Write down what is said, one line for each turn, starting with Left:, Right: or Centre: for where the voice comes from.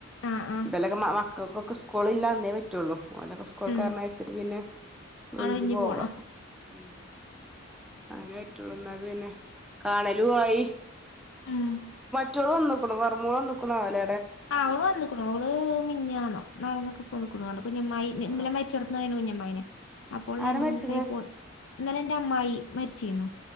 Left: ആഹ് ആഹ്
Centre: ബെലഗമ്മാമാ ക്ക് ക്കൊ സ്കൂളിലാ അന്നേ പറ്റുള്ളൂ ഓലൊക്കെ സ്കൂൾക്ക്
Left: ഉം
Centre: പറഞ്ഞയച്ചിട്ട് പിന്നെ
Left: അവള്
Centre: ഒയിഞ്ഞ്
Left: ഇഞ്ഞി
Centre: പോവാ
Left: പോണം
Centre: ഉം അങ്ങെ എന്നാ പിന്നെ കാണലു ആയി
Left: ഉം
Centre: റ്റോള് വന്ന്ക്കുണു വറ്മോള വന്നുക്കുണു ആല
Left: ആഹ് അവള് വന്നുക്കുണു അവള് മിഞ്ഞാന്നോ നാലാന്ന <unintelligible> കുഞ്ഞമായി ന്നലെ
Centre: ആഹ്
Left: മരിച്ചോട്ത്ത്ന്ന് കുഞ്ഞമാ അയ്ന് അപ്പോൾ
Centre: ആരാ
Left: രണ്ട്
Centre: മരിച്ച്ക്ക്ണ്
Left: മൂന്ന് ദിവസായി പോ ന്നലെ എന്റെ അമ്മായി മരിച്ചീന്ന